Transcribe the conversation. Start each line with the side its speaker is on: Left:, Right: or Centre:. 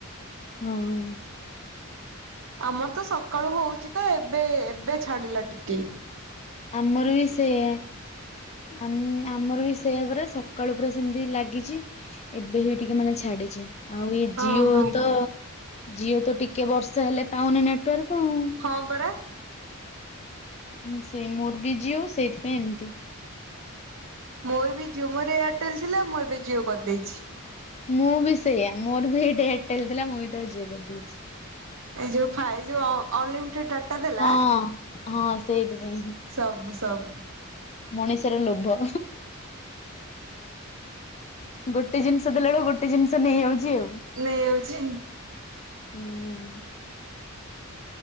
Left: ହୁଁ।
Right: ଆମର ତ ସକାଳୁ ହଉଛି ତ ଏବେ ଏବେ ଛାଡିଲା ଟିକେ।
Left: ଆମର ବି ସେଆ। ଆମ୍ ଆମର ବି ସେଆ ପରା ସକାଳୁ ପୁରା ସେମତି ଲାଗିଛି। ଏବେ ହି ଟିକେ ମାନେ ଛାଡିଛି। ଆଉ ଏଇ ଜିଓ
Right: ଓହୋ।
Left: ତ ଜିଓ ତ ଟିକେ ବର୍ଷ ହେଲେ ପାଉନି ନେଟୱାର୍କ ଆଉ।
Right: ହଁ ପରା।
Left: ହୁଁ ସେ ମୋର ବି ଜୀଓ ସେଇଥିପାଇଁ ଏମିତି।
Right: ମୋର ବି ଜିଓ ମୋରେ ଏୟାରଟେଲ ଥିଲା ମୁଁ ଏବେ ଜିଓ କରିଦେଇଛି।
Left: ମୁଁ ବି ସେଇଆ ମୋର ବି ଏଇଟା ଏୟାରଟେଲ ଥିଲା ମୁଁ ବି ତ ଜିଓ କରିଦେଇଛି।
Right: ଏ ଯୋଉ ଫାଇ ଯୋଉ ଅ ଅନଲିମିଟେଡ ଡାଟା ଦେଲା
Left: ହଁ ହଁ ସେଇଥିପାଇଁ ହିଁ।
Right: ସବୁ ସବ
Left: ମଣିଷର ଲୋଭ ଗୋଟେ ଜିନିଷ ଦେଲା ବେଳକୁ ଗୋଟେ ଜିନିଷ ନେଇଯାଉଛି ଆଉ।
Right: ନେଇଯାଉଛି।
Left: ହୁଁ ହୁଁ।